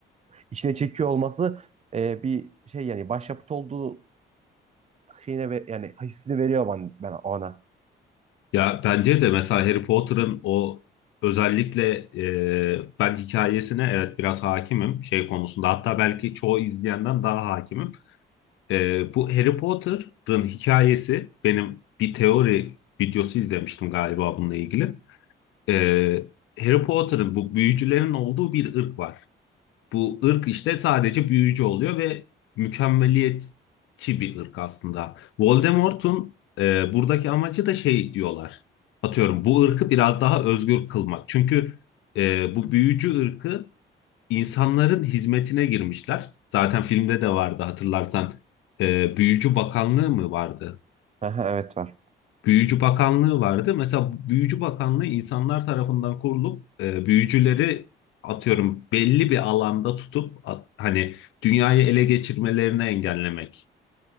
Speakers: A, on the right; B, on the left.
A: içine çekiyor olması e, bir şey yani başyapıt olduğu şeyine ve, yani hissini veriyor ben, ben ona.
B: Ya bence de mesela Harry Potter'ın o özellikle e, ben hikayesine evet biraz hakimim şey konusunda hatta belki çoğu izleyenden daha hakimim. E, bu Harry Potter'ın hikayesi benim bir teori videosu izlemiştim galiba bununla ilgili. E, Harry Potter'ın bu büyücülerin olduğu bir ırk var. Bu ırk işte sadece büyücü oluyor ve mükemmeliyetçi bir ırk aslında. Voldemort'un e, buradaki amacı da şey diyorlar. Atıyorum bu ırkı biraz daha özgür kılmak. Çünkü e, bu büyücü ırkı insanların hizmetine girmişler. Zaten filmde de vardı hatırlarsan. E, Büyücü Bakanlığı mı vardı?
A: Aha, evet var.
B: Büyücü Bakanlığı vardı. Mesela Büyücü Bakanlığı insanlar tarafından kurulup e, büyücüleri atıyorum belli bir alanda tutup at- hani dünyayı ele geçirmelerini engellemekti.